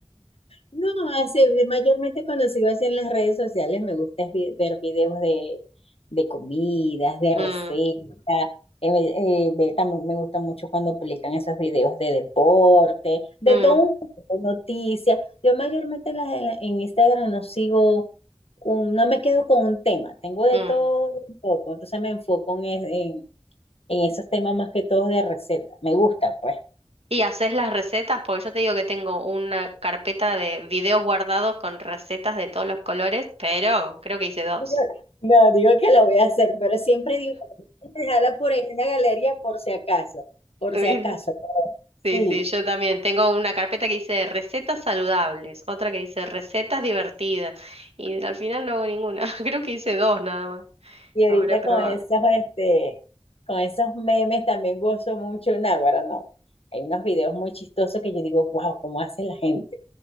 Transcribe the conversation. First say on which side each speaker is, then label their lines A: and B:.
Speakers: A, on the left; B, on the right.
A: No, así, mayormente cuando sigo así en las redes sociales me gusta es vi- ver videos de, de comidas, de
B: Mm,
A: recetas. eh, eh, ve- también me gusta mucho cuando publican esos videos de deporte, de
B: mm,
A: todo un poco, noticias. Yo mayormente en, las- en la- en Instagram no sigo, un- no me quedo con un tema, tengo de
B: mm.
A: todo un poco, entonces me enfoco en, es- en en esos temas más que todos de recetas. Me gusta, pues.
B: ¿Y haces las recetas? Porque yo te digo que tengo una carpeta de videos guardados con recetas de todos los colores, pero creo que hice dos.
A: Digo- No, digo que la voy a hacer, pero siempre digo, dejarla por ahí en la galería por si acaso, por
B: <laughs>
A: si acaso.
B: Sí,
A: Sí,
B: sí, yo también. Tengo una carpeta que dice recetas saludables, otra que dice recetas divertidas y al final no hago ninguna. <laughs> Creo que hice dos nada más.
A: y ahorita
B: Ahora he probado.
A: con esos, este, con esos memes también gozo mucho, Náguara, no. Hay unos videos muy chistosos que yo digo, wow, ¿cómo hace la gente?